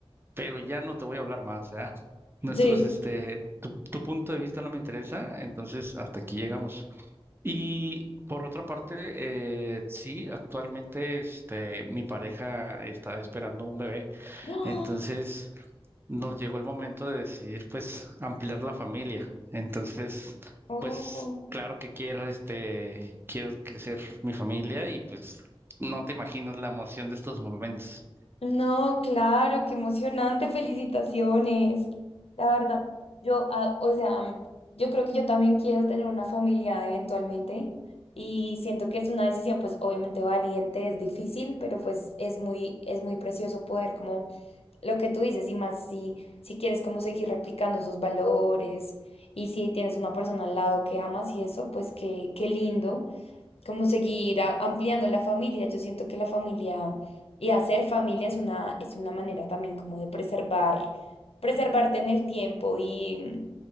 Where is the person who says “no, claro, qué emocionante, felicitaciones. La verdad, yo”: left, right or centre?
Left